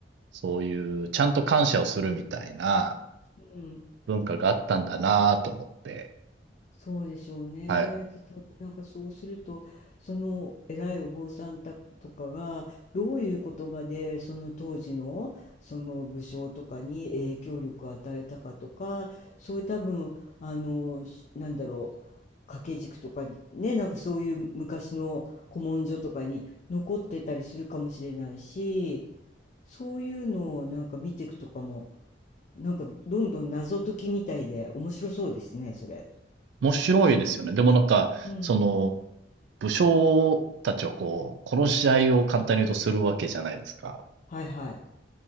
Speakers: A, on the right; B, on the left.
A: そういうちゃんと感謝をするみたいな
B: うん
A: 文化があったんだなと思って、
B: そうでしょうね。
A: はい。
B: で、多分なんかそうすると、その偉いお坊さんたとかが、どういう言葉で、その当時の、その武将とかに影響力を与えたかとか、そういう多分、あの、しなんだろう、掛け軸とか、ね、なんかそういう昔の古文書とかに残ってたりするかもしれないし、そういうのをなんか見ていくとかも、なんかどんどん謎解きみたいで面白そうですね、それ。
A: 面白いですよね。でもなんか、
B: うん。
A: その、武将たちをこう、殺し合いを簡単に言うとするわけじゃないですか。
B: はいはい。